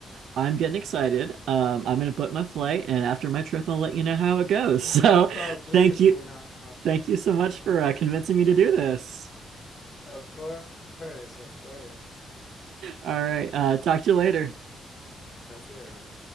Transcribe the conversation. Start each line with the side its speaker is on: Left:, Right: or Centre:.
Right: I'm getting excited. Um, I'm gonna book my flight, and after my trip, I'll let you know how it goes.
Left: <laughs>
Right: <laughs> So,
Left: Please
Right: thank you,
Left: let me know.
Right: thank you so much for uh, convincing me to do this.
Left: Of course, of course.
Right: All right, uh, talk to you later.
Left: Talk to you later, man.